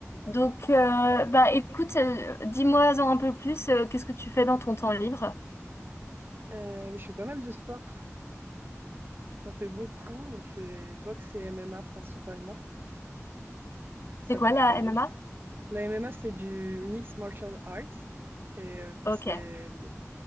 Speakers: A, on the left (about 55°); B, on the right (about 45°).
A: Donc, euh, bah, écoute, euh, dis-moi-en un peu plus. euh, qu'est-ce que tu fais dans ton temps libre?
B: Euh, je fais pas mal de sport. J'en fais beaucoup. Donc, je fais boxe et MMA principalement. Ça
A: C'est quoi
B: toute
A: la
B: l'année.
A: MMA?
B: La MMA, c'est du mixed martial arts. Et euh, enfin,
A: Ok,
B: c'est